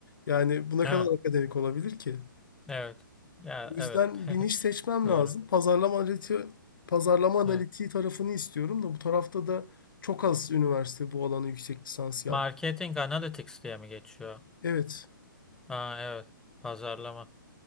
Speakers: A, on the left; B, in the centre.
A: Yani bu ne
B: Evet.
A: kadar akademik olabilir ki?
B: Evet. Ya
A: O yüzden
B: evet.
A: bir niş
B: <laughs>
A: seçmem
B: Doğru.
A: lazım. Pazarlama analitiği, pazarlama analitiği
B: Evet.
A: tarafını istiyorum da bu tarafta da çok az üniversite bu alana yüksek lisans yap.
B: Marketing Analytics diye mi geçiyor?
A: Evet.
B: Aa evet. Pazarlama.